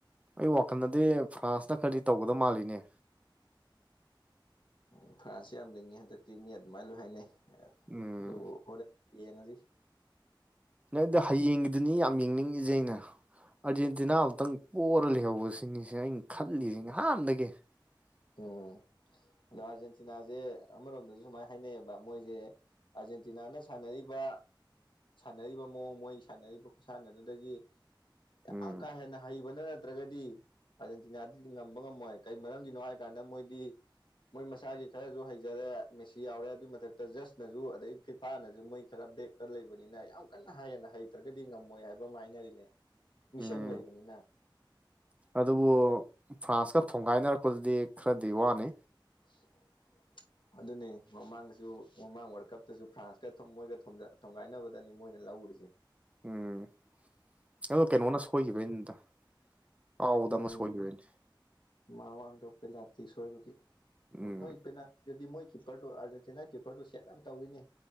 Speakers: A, on the right; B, on the left.
A: ꯑꯩ ꯋꯥꯈꯜꯗꯗꯤ ꯐ꯭ꯔꯥꯟꯁꯅ ꯈꯔꯗꯤ ꯇꯧꯒꯗ ꯃꯥꯜꯂꯤꯅꯦ
B: ꯎ ꯐ꯭ꯔꯥꯟꯁꯁꯦ ꯌꯥꯝꯅꯤꯡꯤꯡꯉꯤ ꯍꯟꯗꯛꯇꯤ ꯃꯤ ꯑꯗꯨꯃꯥꯏꯅ ꯂꯣꯏ ꯍꯥꯏꯅꯩ
A: ꯎꯝ
B: ꯑꯗꯨꯕꯨ ꯍꯣꯔꯦꯟ ꯌꯦꯡꯉꯁꯤ
A: ꯅꯪꯗ ꯍꯌꯦꯡꯒꯤꯗꯨꯅꯤ ꯌꯥꯝ ꯌꯦꯡꯅꯤꯡꯉꯖꯦ ꯑꯩꯅ ꯑꯥꯔꯖꯦꯟꯇꯤꯅꯥ ꯑꯃꯨꯛꯇꯪ ꯄꯔ ꯂꯩꯍꯧꯕꯁꯤꯡꯅꯤꯁꯤꯦ ꯑꯩꯅ ꯈꯜꯂꯤꯁꯤꯦ ꯉꯍꯥꯟꯗꯒꯤ <unintelligible>
B: ꯎꯝ ꯑꯗꯣ ꯑꯥꯔꯖꯦꯟꯇꯤꯅꯥꯁꯦ ꯑꯃꯔꯣꯝꯗꯁꯨ ꯁꯨꯃꯥꯏꯅ ꯍꯥꯏꯅꯩꯌꯦꯕ ꯃꯣꯏꯁꯦ ꯑꯥꯔꯖꯦꯟꯇꯤꯅꯥꯅ ꯁꯥꯟꯅꯔꯤꯕ ꯁꯥꯟꯅꯔꯤꯕ ꯃꯑꯣꯡ ꯃꯣꯏ ꯁꯥꯟꯅꯔꯤꯕ ꯈꯨꯠꯁꯥꯟꯅ ꯑꯗꯨꯗꯒꯤ
A: ꯎꯝ
B: ꯌꯥꯝ ꯀꯥ ꯍꯦꯟꯅ ꯍꯩꯕꯅ ꯅꯠꯇ꯭ꯔꯒꯗꯤ ꯑꯥꯔꯖꯦꯟꯇꯤꯅꯥꯗꯗꯤ ꯉꯝꯕ ꯉꯝꯃꯣꯏ ꯀꯩ ꯃꯔꯝꯒꯤꯅꯣ ꯥꯟꯗꯅ ꯃꯣꯏꯗꯤ ꯃꯣꯏ ꯃꯁꯥꯒꯤ ꯈꯔꯁꯨ ꯍꯩꯖꯔꯦ ꯃꯦꯁꯤ ꯌꯥꯎꯔꯦ ꯑꯗꯨꯏ ꯃꯊꯛꯇ ꯖꯁꯅꯁꯨ ꯑꯗꯩ ꯐꯤꯐꯥꯅꯁꯨ ꯃꯣꯏ ꯈꯔ ꯕꯦꯛ ꯇ ꯂꯩꯕꯅꯤꯅ ꯌꯥꯝ ꯀꯟꯅ ꯍꯌꯦꯅ ꯍꯩꯇ꯭ꯔꯒꯗꯤ ꯉꯝꯃꯣꯏ ꯍꯥꯏꯕ ꯑꯃ ꯍꯥꯏꯅꯔꯤꯅꯦ ꯃꯤꯁꯪ
A: ꯎꯝ
B: ꯂꯩꯕꯅꯤꯅ
A: ꯑꯗꯨꯕꯨ ꯐ꯭ꯔꯥꯟꯁꯀ ꯊꯣꯝꯒꯥꯏꯅꯔꯛꯄꯗꯨꯗꯤ ꯈꯔꯗꯤ ꯋꯥꯅꯤ
B: <unintelligible> ꯑꯗꯨꯅꯤ ꯃꯃꯥꯡꯗꯁꯨ ꯃꯃꯥꯡ ꯋꯥꯔꯜ ꯀꯞꯇꯁꯨ ꯐ꯭ꯔꯥꯟꯁꯀ ꯃꯣꯏꯒ ꯊꯣꯝꯖ ꯊꯣꯝꯒꯥꯏꯅꯕꯗꯅꯤ ꯃꯣꯏꯅ ꯂꯧꯔꯤꯁꯦ
A: ꯎꯝ ꯑꯣ ꯀꯩꯅꯣꯅ ꯁꯣꯏꯈꯤꯕꯒꯤꯅꯤꯗ ꯀꯥꯎꯕꯗ
B: ꯎꯝ
A: ꯑꯃ ꯁꯣꯏꯈꯤꯕꯒꯤꯅꯦ
B: ꯃꯃꯥꯡꯗ ꯄꯦꯂꯥꯇꯤ ꯁꯣꯏꯕꯒꯤ ꯑꯗꯨ
A: ꯎꯝ
B: ꯃꯣꯏ ꯄꯦ ꯁꯤꯗꯤ ꯃꯣꯏ ꯀꯤꯞꯄꯔꯗꯣ ꯑꯥꯔꯦꯟꯇꯤꯅꯥ ꯀꯤꯄꯔꯗꯣ ꯁꯦꯠ ꯌꯥꯝ ꯇꯧꯋꯤꯅꯦ